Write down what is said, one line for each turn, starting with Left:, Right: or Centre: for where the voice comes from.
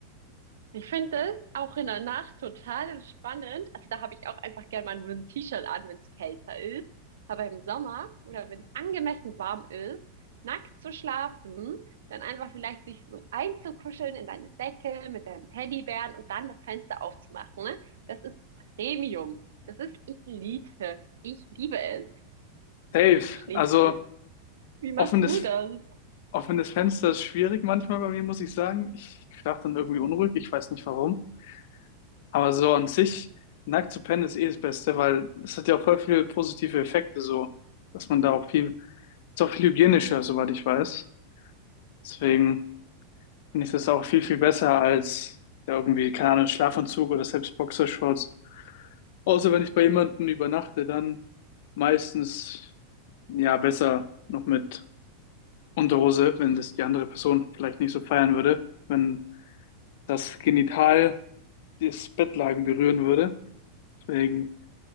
Right: ich finde das auch in der Nacht total spannend. Also da habe ich auch einfach gerne mal nur ein T-Shirt an, wenn es kälter ist. Aber im Sommer oder wenn es angemessen warm ist, nackt zu schlafen, dann einfach vielleicht sich so einzukuscheln in deine Decke mit deinem Teddybären und dann das Fenster aufzumachen, ne? Das ist Premium. Das ist Elite. Ich liebe es.
Left: Safe.
Right: Schläfst
Left: Also
Right: du? Wie machst
Left: offenes,
Right: du das?
Left: offenes Fenster ist schwierig manchmal bei mir, muss ich sagen. Ich schlafe dann irgendwie unruhig, ich weiß nicht warum. Aber so an sich, nackt zu pennen ist eh das Beste, weil das hat ja auch voll viele positive Effekte, so, dass man da auch viel, ist auch viel hygienischer, soweit ich weiß. Deswegen. finde ich das auch viel, viel besser als ja, irgendwie, keine Ahnung, Schlafanzug oder selbst Boxershorts. Außer wenn ich bei jemandem übernachte, dann meistens ja besser noch mit Unterhose, wenn das die andere Person vielleicht nicht so feiern würde, wenn das Genital das Bettlaken berühren würde. Deswegen,